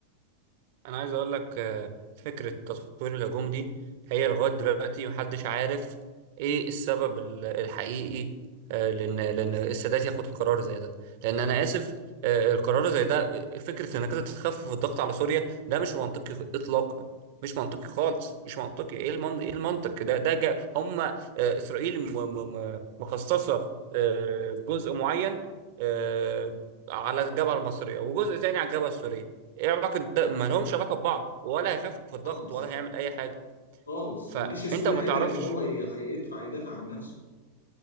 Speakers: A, on the right; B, on the left.
A: انا عايز اقول لك آه، فكره تطوير الهجوم دي هي لغايه دلوقتي محدش عارف ايه السبب ال- الحقيقي آه، لان لان السادات ياخد قرار زي ده لان انا اسف آه، القرار زي ده فكره انك انت تخفف الضغط على سوريا ده مش منطقي اطلاقا مش منطقي خالص مش منطقي ايه المن... ايه المنطق ده ده جا هم آه، اسرائيل م... م... م- مخصصه آه، جزء معين آه، على الجبهه المصريه وجزء تاني على الجبهه السوريه ايه علاقه ده ما لهمش علاقه ببعض ولا هيخفف في الضغط
B: خالص
A: ولا هيعمل اي حاجه
B: خالص
A: فانت
B: والجيش السوري
A: ما
B: قادر
A: تعرفش
B: ان هو ي- هيدفع يدافع عن نفسه